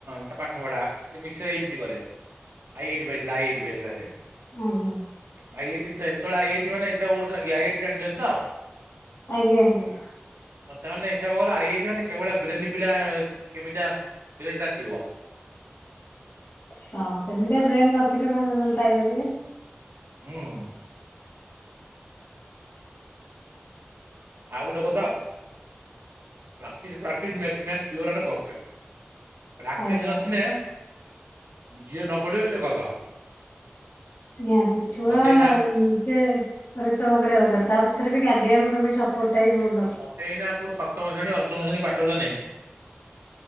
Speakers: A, on the right (about 80°); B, on the left (about 80°).
A: ତା ପା ପାଠ ପଢା ସେ ମିଶ୍ର ଏମିତି କରେ ଆଇଆଇଟି ପାଇଥିଲା ଆଇଆଇଟି ପାଇଥିଲା ସେ।
B: ଆଜ୍ଞା।
A: ଆଇଆଇଟି ତ ହେତଳେ ଆଇଆଇଟି ମାନେ ହିସାବ କରୁଥିବେ ଆଇଆଇଟି ଜାଣିଚନ୍ତି ତ?
B: ଆଜ୍ଞା ଆଜ୍ଞା।
A: ହଉ ତା ମାନେ ହିସାବ କର ଆଇଆଇଟି ମାନେ କେଭଳିଆ ବ୍ରେନି ପିଲା କେମିତିଆ ବ୍ରେନ୍ ଟା ଥିବ।
B: ହଁ ସେମିତିଆ ବ୍ରେନ୍ ନଥିଲେ କଣ ସେମାନେ ପାଇପାରିବେ।
A: ହୁଁ। ଆଉ ଗୋଟେ କଥା practice practice makes man pure and perfect. Practice
B: ଆଜ୍ଞା
A: ନଥିନେ
B: ଆଜ୍ଞା
A: ଯିଏ ନ ପଢିବ ସେ ଗଧ।
B: ନିହାତି ଛୁଆ
A: ମତେ ଏଇନା
B: ଯେ ପରିଶ୍ରମ କରିବା ଦରକାର ତା ପଛରେ ବି ଗାର୍ଡିଆନଙ୍କ ବି ସପୋର୍ଟଟା ଭୁଲ୍।
A: ମତେ ଏଇନା କୋଉ ସପ୍ତମ ଶ୍ରେଣୀ ଅଷ୍ଟମ ଶ୍ରେଣୀ ପାଠ ଦେନେ